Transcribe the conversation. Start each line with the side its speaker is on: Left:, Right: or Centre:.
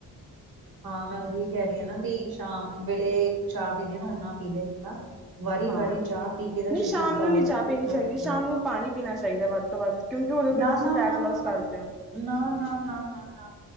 Right: ਹਾਂ, ਮੈਂ ਉਹੀ ਕਹਿ ਰਹੀ ਆ ਨਾ ਵੀ ਸ਼ਾਮ ਵੇਲੇ ਚਾਹ ਪੀਵੇ ਨਾ ਓਨਾ ਪੀ ਲਏ ਬੰਦਾ। ਵਾਰੀ-ਵਾਰੀ
Centre: ਹਾਂ
Right: ਚਾਹ ਪੀ ਕੇ ਤਾਂ
Centre: ਨਹੀਂ
Right: ਸਰੀਰ
Centre: ਸ਼ਾਮ
Right: ਗਾਲਣ
Centre: ਨੂੰ ਨੀ ਚਾਹ
Right: ਵਾਲੀ
Centre: ਪੀਣੀ
Right: ਗੱਲ
Centre: ਚਾਹੀਦੀ ਸ਼ਾਮ
Right: ਐ
Centre: ਨੂੰ
Right: ਨਾ।
Centre: ਪਾਣੀ ਪੀਣਾ ਚਾਹੀਦਾ ਵੱਧ ਤੋਂ ਵੱਧ। ਕਿਉਂਕਿ ਉਦੋਂ ਫਿਰ
Right: ਨਾ-ਨਾ-ਨਾ-ਨਾ-ਨਾ-ਨਾ।
Centre: ਤੁਸੀਂ ਫੈਟ ਲੋਸ ਕਰਦੇ ਹੋ